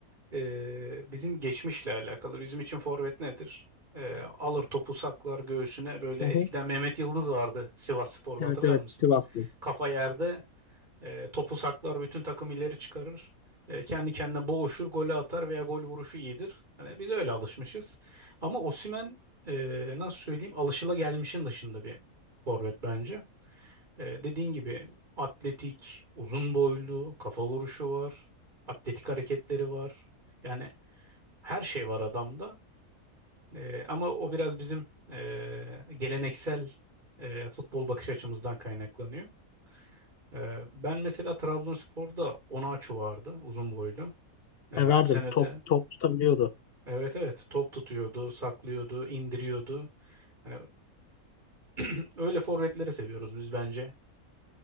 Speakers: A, on the right; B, on the left.
A: e, bizim geçmişle alakalı. Bizim için forvet nedir? E, alır topu saklar göğsüne. Böyle
B: Hı
A: eskiden
B: hı.
A: Mehmet Yıldız vardı Sivasspor'da
B: Evet
A: hatırlar
B: evet
A: mısın?
B: Sivaslı.
A: Kafa yerde e, topu saklar bütün takım ileri çıkarır. E, kendi kendine boğuşur, golü atar veya gol vuruşu iyidir. Hani biz öyle alışmışız. Ama Osimhen e, nasıl söyleyeyim alışılagelmişin dışında bir forvet bence. Ee, dediğin gibi atletik, uzun boylu, kafa vuruşu var, atletik hareketleri var. Yani her şey var adamda. Ee, ama o biraz bizim e, geleneksel e, futbol bakış açımızdan kaynaklanıyor. Ee, ben mesela Trabzonspor'da Onaçu vardı, uzun boylu. Ee,
B: E, verdim.
A: bu senede
B: Top top tutabiliyordu.
A: evet evet top tutuyordu, saklıyordu, indiriyordu. Hani <clears throat> öyle forvetleri seviyoruz biz bence.